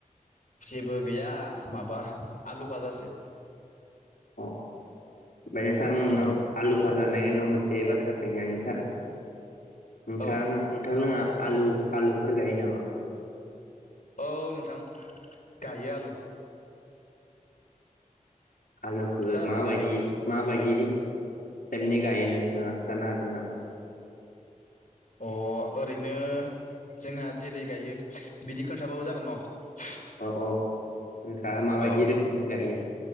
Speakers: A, on the left; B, on the left.
A: जेबो गैया माबा आलु फाजासो
B: अ ओमफ्राय नोंथां नोंनाव
A: औ
B: आलु फाजानि एथ मिथिनाय बाथ्रा सोंगोन नोंसा
A: औ
B: नोंथां मोनहा आलु आलुफोर गायो नामा?
A: औ नोंथां गायो आलु
B: आलुखौ
A: खोना
B: माबायदि माबायदि टाइपनि गायो नोंथाङा खिथानो हागोन नामा?
A: अ ओरैनो जोंहा जेरै गायो बिदि खोन्थाबाबो जागोन न।
B: औ औ नोंसा माबायदि
A: औ
B: रोखोम गायो।